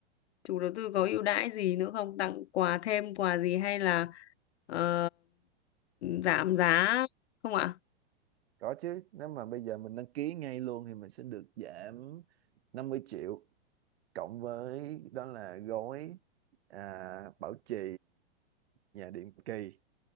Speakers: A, on the left (about 75°); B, on the right (about 65°).
A: chủ đầu tư có ưu đãi gì nữa không tặng quà thêm quà gì hay là ờ, giảm giá không ạ
B: có chứ nếu mà bây giờ mình đăng ký ngay luôn thì mình sẽ được giảm năm mươi triệu cộng với đó là gói à, bảo trì nhà định kỳ